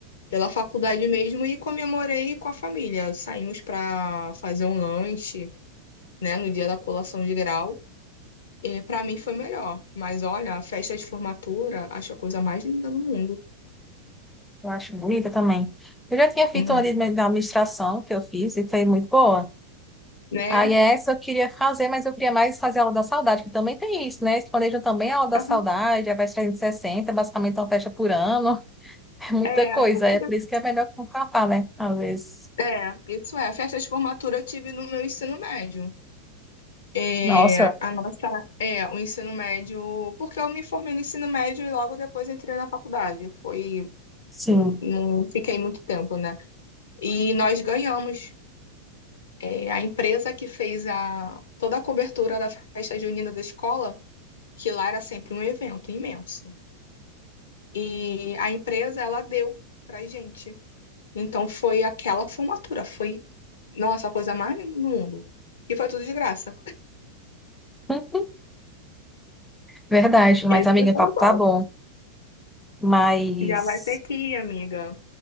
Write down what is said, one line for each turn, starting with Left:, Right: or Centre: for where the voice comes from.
Left: Pela faculdade mesmo e comemorei com a família. Saímos para fazer um lanche, né, no dia da colação de grau. E para mim foi melhor. Mas olha, a festa de formatura, acho a coisa mais linda do mundo,
Centre: Eu acho bonita também. Eu já tinha feito
Left: Uhum.
Centre: uma de administração que eu fiz e foi muito boa.
Left: né?
Centre: Aí essa eu queria fazer, mas eu queria mais fazer a aula da saudade, que também tem isso, né? Eles planejam também a aula da
Left: Aham.
Centre: saudade, a festa 360, basicamente é uma festa por ano, <laughs> é muita
Left: É.
Centre: coisa.
Left: <laughs>
Centre: É por isso que é melhor contratar, né? Às vezes.
Left: É, isso é. A festa de formatura eu tive no meu ensino médio. É,
Centre: Nossa,
Left: a nossa, é, o ensino médio, porque eu me formei no ensino médio e logo depois entrei na faculdade. Foi,
Centre: sim.
Left: não fiquei muito tempo, né? E nós ganhamos. É, a empresa que fez a, toda a cobertura da festa junina da escola, que lá era sempre um evento imenso. E a empresa, ela deu pra gente. Então foi aquela formatura, foi, nossa, a coisa mais linda do mundo. E foi tudo de graça.
Centre: <laughs> Verdade, mas
Left: Esse
Centre: amiga, o
Left: foi
Centre: papo
Left: o bom.
Centre: tá bom. Mas
Left: Já vai ter que ir, amiga.